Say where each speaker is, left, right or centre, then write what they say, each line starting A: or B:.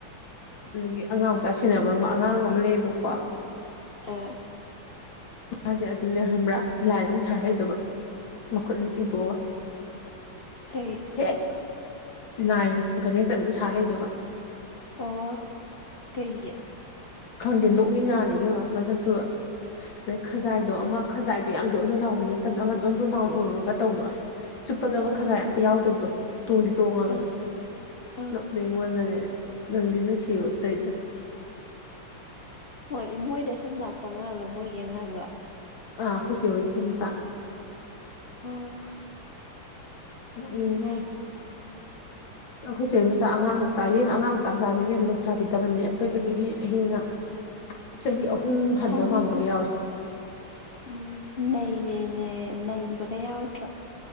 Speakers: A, on the left; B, on the left.
A: ꯑꯗꯒꯤ ꯑꯉꯥꯡꯆꯥꯥ ꯁꯤꯟꯅꯕꯔꯕ ꯑꯉꯥꯡ ꯑꯃ ꯂꯩꯌꯦꯕꯀꯣ
B: <unintelligible>
A: ꯃꯥꯁꯦ ꯑꯗꯨꯝꯅꯦ ꯈꯕ꯭ꯔꯥ ꯂꯥꯏ ꯑꯗꯨꯝ ꯁꯥꯔ ꯂꯩꯗꯕ ꯃꯈꯨꯠ ꯑꯅꯤ ꯇꯤꯡꯊꯣꯛꯑꯒ
B: ꯀꯩ
A: ꯍꯦꯛ ꯂꯥꯏ ꯒꯅꯦꯁ ꯑꯗꯨꯝ ꯁꯥꯔ ꯂꯩꯗꯣꯏꯕ
B: ꯑꯣ ꯀꯩꯒꯤ
A: ꯈꯪꯗꯦ ꯅꯣꯛꯅꯤꯡꯖꯥꯅꯦ ꯏꯕꯦꯝꯃ ꯃꯁꯛꯇꯨꯒ ꯑꯗꯩ ꯈꯖꯥꯏꯗꯣ ꯑꯃ ꯈꯖꯥꯏꯗꯣ ꯌꯥꯝ ꯗꯣꯟꯗꯣꯟ ꯂꯥꯎꯕ ꯅꯠꯇꯕꯗ ꯑꯃ ꯗꯣꯟꯗꯣꯟ ꯂꯥꯎꯅ ꯎꯔꯨꯔꯒ ꯇꯧꯕꯗꯣ ꯑꯁ ꯆꯨꯞꯄꯗꯕ
B: ꯑ
A: ꯈꯖꯥꯏ ꯑꯝꯇ ꯌꯥꯎꯗꯕꯗꯣ ꯇꯣꯡꯗꯤ ꯇꯣꯡꯉꯒ
B: ꯑ ꯑ
A: ꯅꯣꯛꯅꯤꯡꯉꯟꯅꯅꯦ ꯅꯪꯗꯤ ꯅꯨꯡꯁꯤꯕ ꯑꯇꯩꯗ
B: ꯍꯣꯏ ꯃꯣꯏꯗ ꯁꯨꯝ ꯂꯥꯛꯄ ꯀꯥꯟꯗꯥ ꯃꯣꯏꯒꯤ ꯑꯉꯥꯡꯂꯣ
A: ꯑꯥ ꯑꯩꯈꯣꯏꯆꯦ ꯍꯣꯏꯒꯤ ꯌꯨꯝꯁꯨ
B: ꯑꯣ ꯎꯝ
A: ꯅꯤꯉꯜ
B: <inaudible>
A: ꯑꯁ ꯑꯩꯈꯣꯏ ꯆꯦ ꯃꯆꯥ ꯑꯉꯥꯡ ꯃꯆꯥ ꯏꯕꯦꯝꯃ ꯑꯉꯥꯡ ꯃꯆꯥ ꯃꯆꯥꯁꯦ ꯏꯕꯦꯝꯃ ꯂꯩꯁꯥꯕꯤ ꯗꯕꯜꯅꯦ ꯑꯩꯈꯣꯏꯗꯒꯤ ꯍꯦꯟꯅ ꯍꯦꯟꯅ
B: <inaudible>
A: ꯆꯍꯤ ꯑꯍꯨꯝ ꯍꯟꯕ
B: ꯈꯪꯉꯦ
A: ꯃꯥꯟꯕꯒ ꯌꯥꯎꯋꯦ
B: ꯎꯝ ꯅꯩꯔꯦꯅꯦ ꯅꯩꯕꯒ ꯌꯥꯎꯔꯗ꯭ꯔꯣ